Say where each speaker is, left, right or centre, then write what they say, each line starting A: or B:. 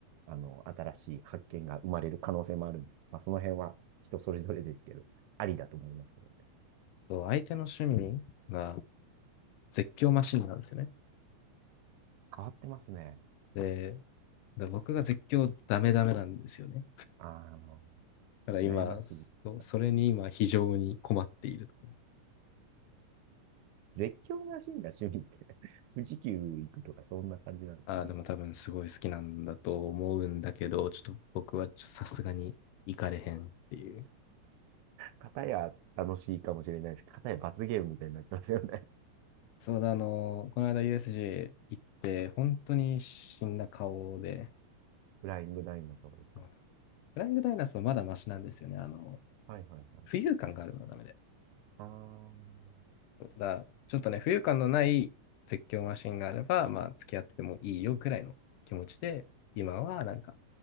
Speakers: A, on the right; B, on the left.
A: あの、新しい発見が生まれる可能性もあるんで、まあ、その辺は人それぞれですけど、ありだと思いますけどね。
B: う、相手の趣味が絶叫マシンなんですよね。
A: 変わってますね。
B: で、で僕が絶叫ダメダメなんですよね。
A: あの、
B: だから今、
A: 悩ましいです。
B: そうそれに今非常に困っているところ。
A: 絶叫マシンが趣味って <laughs> 富士急行くとかそんな感じなんですかね。
B: ああ、でも多分すごい好きなんだと思うんだけど、ちょっと僕はちょさすがに行かれへんっていう。
A: 片や楽しいかもしれないですけど、片や罰ゲームみたいになっちゃいますよね。
B: そうだ、あの、この間 u s g 行って、本当に死んだ顔で、
A: <laughs> フライングダイナソーですか。
B: うんフライングダイナソーまだマシなんですよね。あの、
A: はいはいはい。
B: 浮遊感があるのはダメで。
A: あー
B: そうだから、ちょっとね、浮遊感のない絶叫マシンがあれば、まあ、付き合ってもいいよくらいの気持ちで、今はなんか